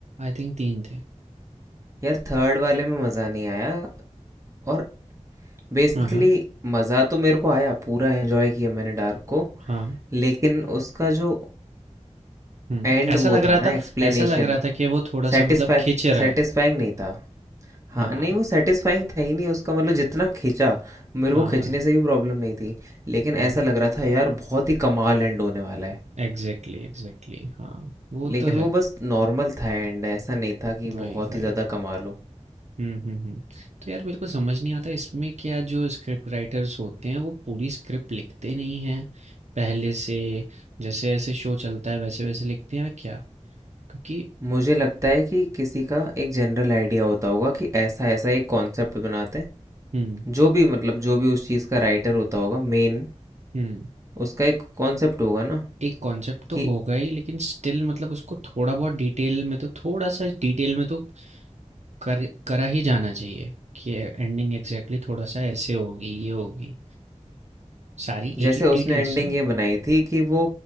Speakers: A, on the right; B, on the right.
A: आई थिंक 3 थे।
B: यार थर्ड वाले में मज़ा नहीं आया और बेसिकली
A: हाँ, हाँ।
B: मज़ा तो मेरे को आया पूरा एंजॉय किया मैंने डार्क को
A: हाँ।
B: लेकिन उसका जो
A: हुँ,
B: एंड
A: ऐसा
B: वो
A: लग रहा
B: था ना
A: था
B: एक्सप्लेनेशन
A: ऐसा लग रहा था कि वो थोड़ा-सा
B: सेटिस्फैक्श
A: मतलब खींच रहा
B: सेटिस्फाइंग
A: है।
B: नहीं था हाँ
A: हाँ,
B: नहीं वो सेटिस्फाइंग था ही नहीं उसका मतलब जितना खींचा मेरे
A: हाँ,
B: को खींचने
A: हाँ,
B: से भी प्रॉब्लम नहीं थी लेकिन
A: हाँ।
B: ऐसा लग रहा था यार बहुत ही कमाल एंड होने वाला है
A: एग्ज़ैक्टली, एग्ज़ैक्टली हाँ, वो
B: लेकिन
A: तो है।
B: वो बस नॉर्मल था एंड ऐसा नहीं था कि
A: वही,
B: बहुत
A: वही।
B: ही ज़्यादा कमाल हो
A: हुँ, हुँ, हुँ। तो यार मेरे को समझ नहीं आता इसमें क्या जो स्क्रिप्ट राइटर्स होते हैं वो पूरी स्क्रिप्ट लिखते नहीं हैं पहले से, जैसे-जैसे शो चलता है वैसे-वैसे लिखते हैं या क्या? क्योंकि
B: मुझे लगता है कि किसी का एक जनरल आइडिया होता होगा कि ऐसा ऐसा एक कॉन्सेप्ट बनाते हैं
A: हुँ,
B: जो भी मतलब जो भी उस चीज़ का राइटर होता होगा मेन
A: हुँ।
B: उसका एक कॉन्सेप्ट होगा ना
A: एक कॉन्सेप्ट तो
B: कि
A: होगा ही लेकिन स्टिल मतलब उसको थोड़ा बहुत डिटेल में तो थोड़ा सा डिटेल में तो कर करा ही जाना चाहिए कि एंडिंग एग्जैक्टली थोड़ा सा ऐसे होगी ये होगी सारी
B: जैसे
A: एक एक
B: उसने
A: डिटेल्स
B: एंडिंग
A: नहीं
B: ये बनाई थी कि वो